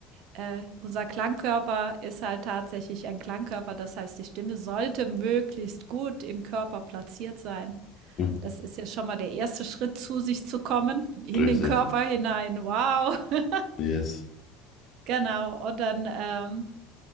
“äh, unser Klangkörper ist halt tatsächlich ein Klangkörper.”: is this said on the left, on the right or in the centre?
Right